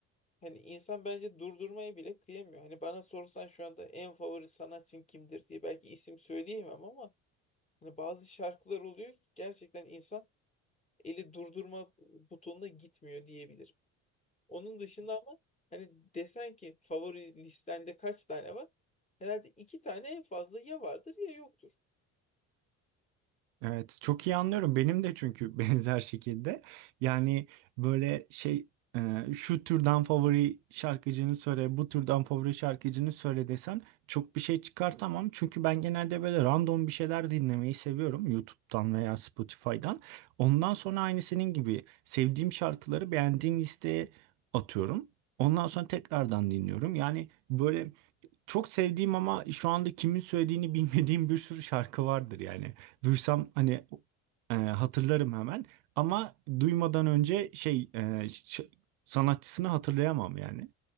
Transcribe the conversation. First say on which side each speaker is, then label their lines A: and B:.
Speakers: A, on the left; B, on the right.
A: hani insan bence durdurmaya bile kıyamıyor. Hani bana sorsan şu anda en favori sanatçın kimdir diye belki isim söyleyemem ama hani bazı şarkılar oluyor ki gerçekten insan eli durdurma butonuna gitmiyor diyebilirim. Onun dışında ama hani desen ki favori listende kaç tane var? Herhalde iki tane en fazla ya vardır ya yoktur.
B: Evet, çok iyi anlıyorum. Benim de çünkü <laughs> benzer şekilde. Yani böyle şey e, şu türden favori şarkıcını söyle, bu türden favori şarkıcını söyle desen çok bir şey çıkartamam. Çünkü ben genelde böyle random bir şeyler dinlemeyi seviyorum YouTube'dan veya Spotify'dan. Ondan sonra aynı senin gibi sevdiğim şarkıları beğendiğim listeye atıyorum. Ondan sonra tekrardan dinliyorum. Yani böyle çok sevdiğim ama şu anda kimin söylediğini bilmediğim bir sürü şarkı vardır yani. Duysam hani e, hatırlarım hemen ama duymadan önce şey e, ş- sanatçısını hatırlayamam yani.